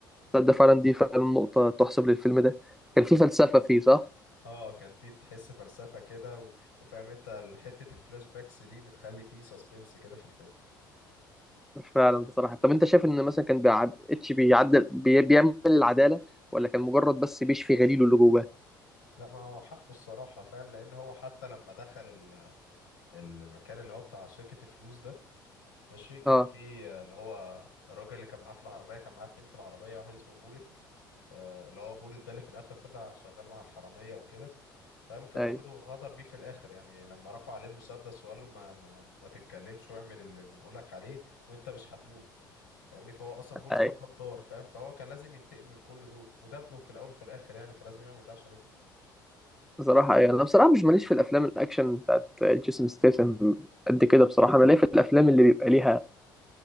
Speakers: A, in the centre; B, on the left (about 70°).
A: تصدق فعلا دي فعلا نقطة تحسب للفيلم ده كان فيه فلسفة فيه صح
B: اه كان في تحس فلسفة كده و... وفاهم انت ال- حتة الفلاش باكس دي بتخلي فيه سسبنس كده في الفيلم
A: فعلا بصراحة طب انت شايف ان مثلا كان بيعد... اتش بيعدل بي... بيعمل العدالة ولا كان مجرد بس بيشفي غليله اللي جواه؟
B: لا ما هو حقه الصراحة فاهم لان هو حتى لما دخل ال... المكان اللي هو بتاع شركة الفلوس ده ماشي كان
A: اه
B: في آه، اللي هو الراجل اللي كان معاه في العربية كان معاه اتنين في العربية واحد اسمه بولت آه، اللي هو بولت ده اللي في الاخر طلع شغال مع الحرامية وكده فاهم كان
A: اي
B: برضو غدر بيه في الاخر يعني لما رفع عليه المسدس وقال له ما ما ما تتكلمش واعمل اللي بنقولك عليه وانت مش هتموت فاهمني فهو اصلا بوليت
A: اي
B: ده غدار فاهم فهو كان لازم ينتقم من كل دول وده ابنه في الاول وفي الاخر يعني فلازم يعمل ده عشان ابنه
A: بصراحة اي انا بصراحة مش ماليش في الافلام الاكشن بتاعت جيسون ستاثام قد كده بصراحة انا ليا في الافلام اللي بيبقى ليها